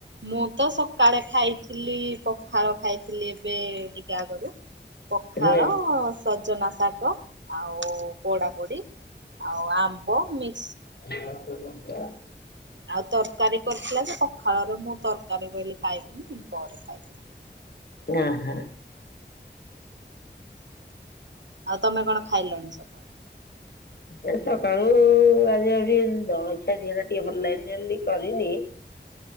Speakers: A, on the right (about 85°); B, on the left (about 65°).
A: ମୁଁ ତ ସକାଳେ ଖାଇଥିଲି ପଖାଳ ଖାଇଥିଲି ଏବେ ଟିକେ ଆଗରୁ। ପଖାଳ
B: ହୁଁ
A: ସଜନା ଶା ଗ ଆଉ ପୋଡ଼ା ପୋଡ଼ି ଆଉ ଆମ୍ବ ମି
B: ଦେଇ ଦୋଉନ ଟିଏ ସନ୍ତୁଳା।
A: ଆଉ ତରକାରୀ କରିଥିଲା ଯେ ପଖାଳର ମୁଁ ତରକାରୀ କହିଲି ଖାଇବିନି ପରେ ଖାଇବି। <inaudible>
B: ଏଁ ହଁ।
A: ଆଉ ତମେ କଣ ଖାଇଲଣି ସକାଳୁ?
B: ଏ ସକାଳୁ ଆଜି ଆଜି ଜଳଖିଆ ଦିହଟା ଟିକେ ଭଲ ଲାଗେନି ବୋଲି କରିନି।
A: ହ